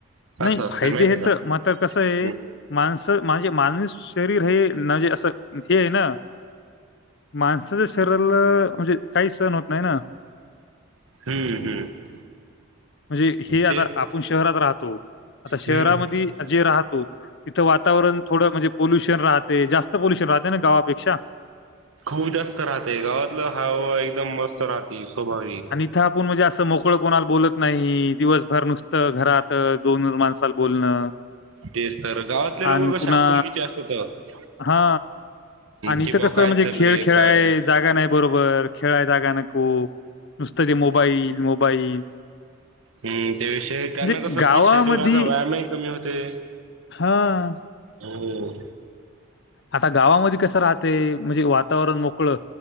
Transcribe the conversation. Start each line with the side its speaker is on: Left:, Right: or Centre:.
Right: <unintelligible>
Left: नाही
Right: असतं
Left: फायदे
Right: माहिती
Left: हे
Right: आहे का
Left: तर मात्र कसं आहे.
Right: हम्म
Left: माणस माझे माणूस शरीर हे म्हणजे असं. हे आहे ना माणसाच्या शरीराला म्हणजे काही सण होत नाही. ना
Right: हम्म हम्म.
Left: म्हणजे हे, आता
Right: तेच
Left: आपण शहरात राहतो. आता शहरामध्ये
Right: हम्म
Left: जे राहतो. तिथं वातावरण थोडं म्हणजे पोल्युशन राहते जास्त पोल्युशन राहते. ना गावापेक्षा
Right: खूप जास्त राहते गावातलं हवा एकदम मस्त राहते. स्वाभाविक
Left: तिथे आपण म्हणजे असं मोकळं कोणाला बोलत नाही. दिवसभर नुसतं घरात दोन माणसाला बोलणं
Right: तेच तर गावातले लोक
Left: आणि
Right: कसे
Left: पुन्हा
Right: आपुलकीचे असतात
Left: हा आणि
Right: कि
Left: इथं
Right: बा
Left: कसं
Right: काय
Left: म्हणजे
Right: चाललंय
Left: खेळ खेळाय
Right: काय
Left: जागा नाही. बरोबर खेळाय जागा नको नुसत ते मोबाईल मोबाईल
Right: हम् त्याषय त्यांना
Left: म्हणजे
Right: कसं हो
Left: गावामध्ये
Right: क शरीराचा व्यायामही कमी होते.
Left: हा
Right: हम्म
Left: आता गावामध्ये कसं राहते म्हणजे, वातावरण मोकळ